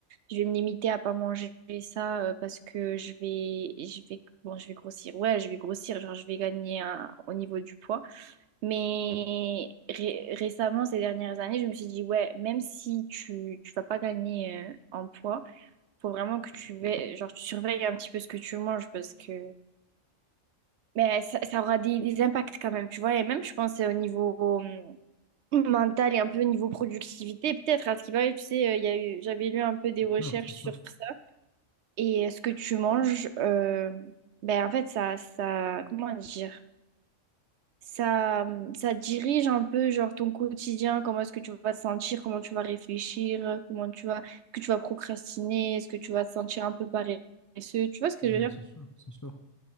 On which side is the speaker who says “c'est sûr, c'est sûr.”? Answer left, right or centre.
Left